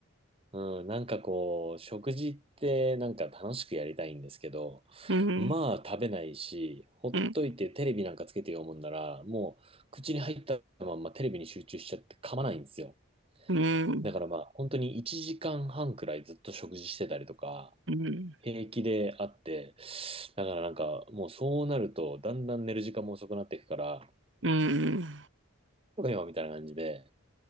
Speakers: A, on the right (about 25°); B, on the right (about 65°).
A: うん、なんかこう、食事ってなんか楽しくやりたいんですけど、
B: うん、
A: まあ食べないし、ほっといてテレビなんかつけて読むんなら、
B: うん、
A: もう口に入ったまんまテレビに集中しちゃって噛まないんですよ。
B: うん、
A: だからまあ、本当に1時間半くらいずっと食事してたりとか、
B: うん、うん、
A: 平気であって、だからなんか、もうそうなると、だんだん寝る時間も遅くなっていくから、
B: うん。
A: とか今みたいな感じで、